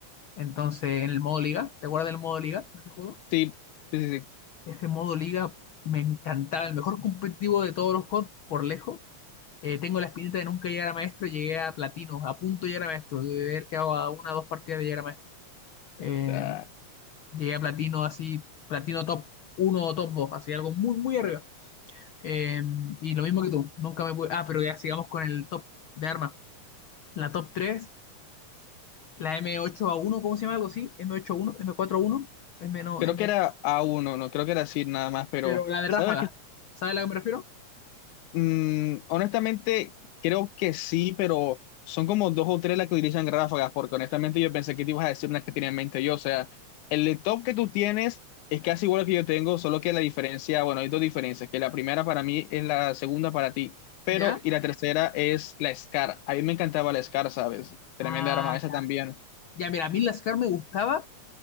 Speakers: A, on the left; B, on the left.
A: Entonces, en el modo liga, ¿te acuerdas del modo liga de ese juego?
B: Sí, sí, sí. sí.
A: Ese modo liga me encantaba, el mejor competitivo de todos los COD por lejos. Eh, tengo la espinita de nunca llegar a maestro, llegué a platino, a punto de llegar a maestro, de haber quedado a una o dos partidas de llegar a maestro. Eh,
B: Ah.
A: Llegué a platino así, platino top uno o top 2 así algo muy, muy arriba. Eh, y lo mismo que tú, nunca me pude... Ah, pero ya sigamos con el top de armas. La top tres la M8A1, ¿cómo se llama algo así? M8A1, M4A1, M cuatro A uno, M no,
B: Creo
A: M...
B: que era a uno no creo que era así nada más, pero
A: Pero la de ráfaga,
B: sabes que
A: ¿sabes a la que me refiero?
B: mm, honestamente creo que sí, pero son como dos o tres las que utilizan ráfagas, porque honestamente yo pensé que te ibas a decir unas que tenía en mente yo, o sea, el laptop que tú tienes es casi igual al que yo tengo, solo que la diferencia, bueno, hay dos diferencias, que la primera para mí es la segunda para ti, pero
A: ¿Ya?
B: y la tercera es la SCAR. A mí me encantaba la SCAR, ¿sabes? Tremenda
A: Ah,
B: arma esa
A: ya.
B: también.
A: Ya, mira, a mí la SCAR me gustaba,